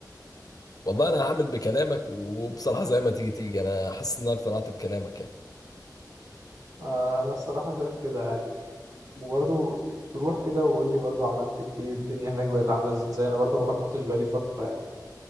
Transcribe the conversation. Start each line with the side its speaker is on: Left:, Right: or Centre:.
Left: والله انا هعمل بكلامك وبصراحة زي ما تيجي تيجي انا حاسس ان انا اقتنعت بكلامك يعني
Right: آه، انا الصراحة شايف كده يعني وبرضه روح كده وقول لي برضه عملت ايه الدنيا هناك بقت عاملة ازاي انا برضه ما روحتش بقالي فترة يعني